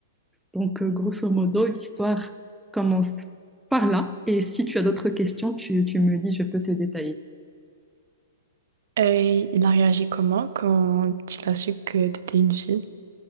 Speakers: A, in the centre; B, on the right.
A: Donc, euh, grosso modo, l'histoire commence par là. Et si tu as d'autres questions, tu, tu me dis, je peux te détailler.
B: Et il a réagi comment quand il a su que t'étais une fille?